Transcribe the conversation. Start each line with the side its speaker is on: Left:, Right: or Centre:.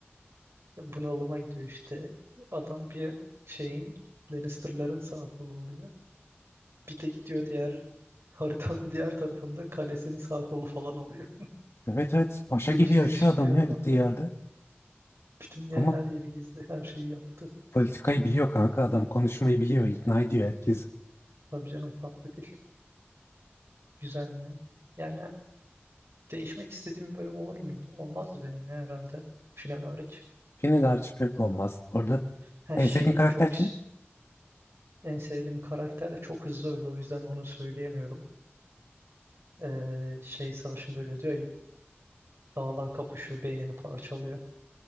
Right: bunalıma gidiyor işte. Adam bir şeyin Lannister'ların sağ kolu oluyor. Bir de gidiyor diğer haritanın diğer tarafında kalesinin sağ kolu falan oluyor.
Left: Evet evet paşa
Right: Değiş
Left: gibi yaşıyor
Right: değişik
Left: adam
Right: bir adam
Left: ya gittiği
Right: yani.
Left: yerde.
Right: Bütün dünya
Left: Ama
Right: her yeri gezdi, her şeyi yaptı.
Left: politikayı biliyor kanka adam konuşmayı biliyor ikna ediyor herkesi.
Right: Tabii canım tatlı dil. Güzel yani. Yani değişmek istediğim bir bölüm olur muydu? Olmazdı benim ya herhalde. Final hariç.
Left: Final hariç pek de olmaz. Orada
Right: Her
Left: en
Right: şeyi
Left: sevdiğin karakter
Right: çok
Left: kim?
Right: en sevdiğim karakter çok hızlı öldü o yüzden onu söyleyemiyorum. Ee, şey savaşında ölüyor diyor ya. Dağlan kapışıyor, beynini parçalıyor.